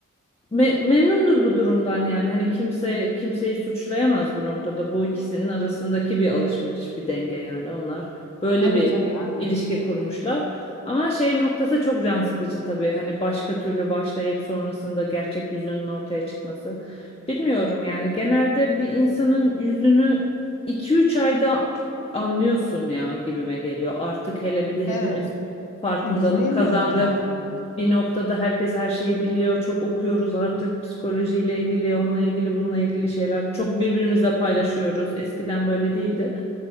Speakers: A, on the left; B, on the left.
A: Me- memnundur bu durumdan yani. Hani kimse kimseyi suçlayamaz bu noktada. Bu ikisinin arasındaki bir alışveriş, bir denge yani. Onlar böyle
B: Tabii
A: bir
B: tabii aynen.
A: ilişki kurmuşlar. Ama şey noktası çok can sıkıcı tabii. Hani başka türlü başlayıp sonrasında gerçek yüzünün ortaya çıkması. Bilmiyorum yani. Genelde bir insanın yüzünü iki üç ayda anlıyorsun ya gibime geliyor. Artık hele bir de hepimiz
B: Evet.
A: farkındalık
B: Gizleyemiyorlar
A: kazandık
B: zaten bence.
A: bir noktada herkes her şeyi biliyor. Çok okuyoruz artık psikolojiyle ilgili, onunla ilgili, bununla ilgili şeyler. Çok birbirimizle paylaşıyoruz. Eskiden böyle değildi.